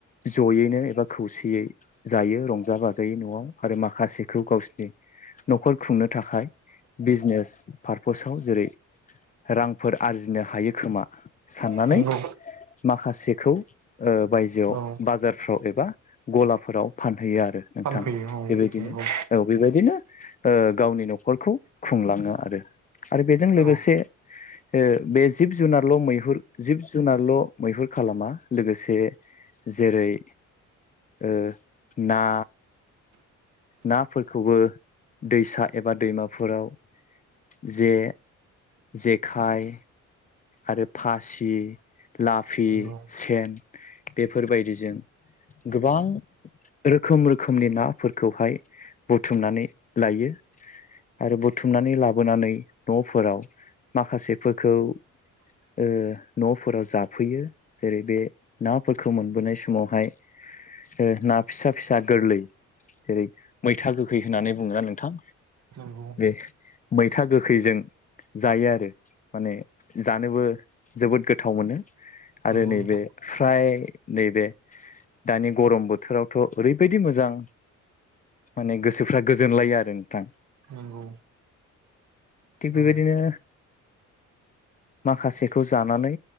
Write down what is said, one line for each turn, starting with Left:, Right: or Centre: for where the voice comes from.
Left: जयैनो एबा खौसेयै जायो रंजा बाजायै न'आव आरो माखासेखौ गावसिनि न'खर खुंनो थाखाय बिजनेस पारपसाव जेरै रांफोर आरजिनो हायो खोमा साननानै
Right: नंगौ
Left: माखासेखौ बायजोआव
Right: औ
Left: बाजारफ्राव एबा गलाफोराव फानहैयो आ रो नोंथां
Right: फानफैयो औ
Left: बेबायदिनो
Right: नंगौ
Left: औ बेबायदिनो गावनि न'खरखौ खुंलाङो आरो आरो बेजों लोगोसे
Right: औ
Left: ओ बे जिब जुनारल' मैहुर जिब जुनारल' मैहुर खालामा लोगोसे जेरै ओ ना नाफोरखौबो दैसा एबा दैमाफोराव जे जेखाय आरो फासि लाफि
Right: नंगौ
Left: सेन बेफोरबायदिजों गोबां रोखोम रोखोमनि नाफोरखौहाय बुथुमनानै लायो। आरो बुथुमनानै लाबोनानै न'फोराव माखासेफोरखौ
Right: <inaudible>
Left: ओ न'फोराव जाफैयो जेरै बे नाफोरखौ मोनबोनाय समावहाय ओ ना फिसा फिसा गोरलै जेरै मैथा गोखै होननानै बुङोना नोंथां?
Right: नंगौ
Left: बे मैथा गोखैजों जायो आरो माने जानोबो जोबोद गोथाव मोनो। आरो
Right: नंगौ
Left: नैबे
Right: नोंथां
Left: फ्राय नैबे दानि गरम बोथोरावथ' ओरैबायदि मोजां माने गोसोफ्रा गोजोनलायो आरो नोंथां
Right: नंगौ
Left: थिग
Right: औ
Left: बेबायदिनो माखासेखौ जानानै